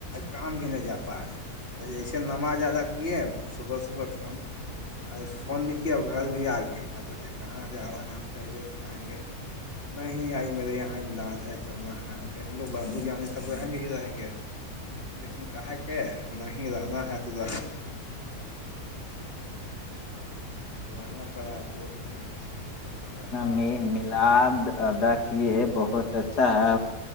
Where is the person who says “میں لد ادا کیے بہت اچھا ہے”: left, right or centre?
Left